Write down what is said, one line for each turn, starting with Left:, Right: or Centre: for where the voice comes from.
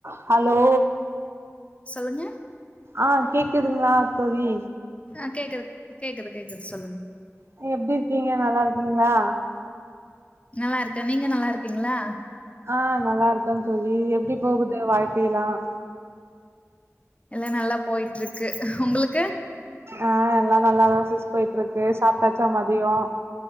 Right: Hello
Left: சொல்லுங்க
Right: ஆஹ் கேக்குதுங்களா தோழி
Left: ஆ கேக்குது கேக்குது கேக்குது சொல்லுங்க
Right: நீ எப்டி இருக்கீங்க நல்லா இருக்கீங்களா
Left: நல்லா இருக்கே நீங்க நல்லா இருக்கீங்களா
Right: ஆஹ் நல்லா இருக்கேன் தோழி எப்டி போகுது வாழ்க்கையெல்லாம்
Left: எல்லா நல்லா போயிட்டு இருக்கு உங்களுக்
Right: ஆஹ் எல்லாம் நல்லாதான் சிஸ் போயிட்டுருக்கு சாப்ட்டாச்சா மதியம்